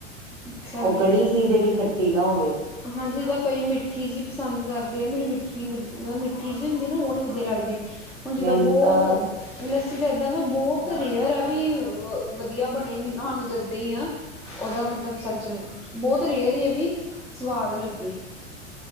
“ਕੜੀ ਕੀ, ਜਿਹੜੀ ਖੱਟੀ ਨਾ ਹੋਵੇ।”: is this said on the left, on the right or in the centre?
Right